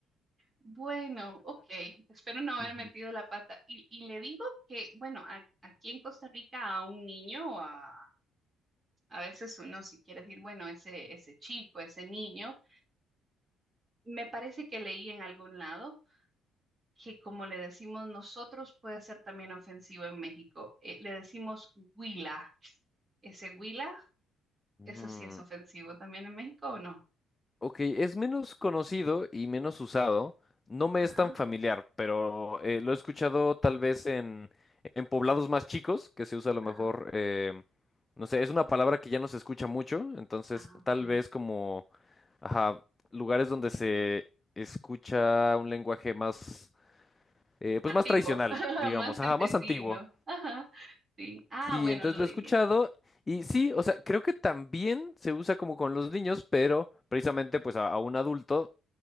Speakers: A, on the right; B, on the left.
A: Bueno, ok. Espero no haber
B: Ujú.
A: metido la pata. Y, y le digo que, bueno, a- aquí en Costa Rica a un niño, a, a veces uno si quiere decir, bueno, ese, ese chico, ese niño, me parece que leí en algún lado que como le decimos nosotros puede ser también ofensivo en México. Eh, le decimos huila. Ese huila,
B: Mm,
A: eso sí es ofensivo también en México, ¿o no?
B: Ok, es menos conocido y menos usado. No me
A: Ajá,
B: es tan familiar, pero eh, lo he escuchado tal vez en, en poblados más chicos, que se usa a lo
A: ajá.
B: mejor, eh, no sé, es una palabra que ya no se escucha mucho, entonces
A: Ah, ok.
B: tal vez como, ajá, lugares donde se escucha un lenguaje más, eh,
A: Antiguo,
B: pues más tradicional,
A: <laughs>
B: digamos,
A: más campesino.
B: ajá, más antiguo.
A: Ajá, sí. Ah,
B: Sí,
A: bueno,
B: entonces
A: lo
B: lo
A: diría.
B: he escuchado y sí, o sea, creo que también se usa como con los niños, pero precisamente pues a, a un adulto